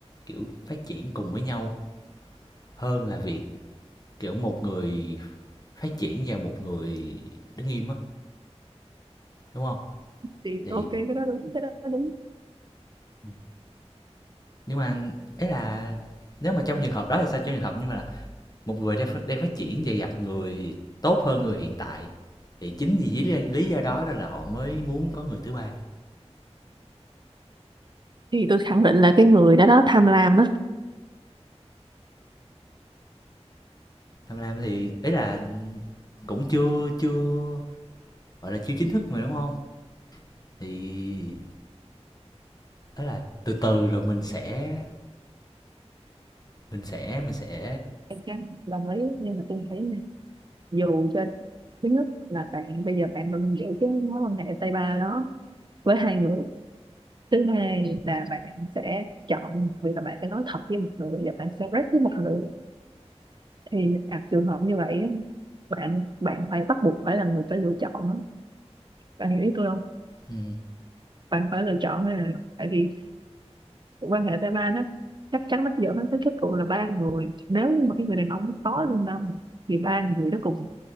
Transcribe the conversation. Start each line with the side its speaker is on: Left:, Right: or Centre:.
Left: kiểu phát triển cùng với nhau hơn là việc kiểu một người phát triển và một người đứng im á đúng không
Right: thì
Left: thì
Right: ok cái đó đúng cái đó đúng
Left: ừ, nhưng mà ấy là nếu mà trong trường hợp đó thì sao trong trường hợp nhưng mà là một người đang ph- đang phát triển và gặp người tốt hơn người hiện tại thì chính vì lý, lý do đó là, là họ mới muốn có người thứ ba
Right: thì tôi khẳng định là cái người đó đó tham lam á
Left: tham lam thì ấy là cũng chưa chưa gọi là chưa chính thức mà đúng không thì đó là từ từ rồi mình sẽ mình sẽ mình sẽ
Right: Em chắc đồng ý nhưng mà tôi thấy nha, dù cho thứ nhất là bạn bây giờ bạn đang giữ cái mối quan hệ tay ba đó với hai người thứ hai là bạn sẽ chọn một người là bạn sẽ nói thật với một người và bạn sẽ rep với một người thì gặp trường hợp như vậy á, bạn bạn phải bắt buộc phải là người phải lựa chọn á. bạn hiểu ý tôi không
Left: ừ
Right: bạn phải lựa chọn là tại vì quan hệ tay ba nó chắc chắn nó sẽ dẫn đến cái kết cục là ba người nếu như mà cái người đàn ông nó có lương tâm thì ba người đó cùng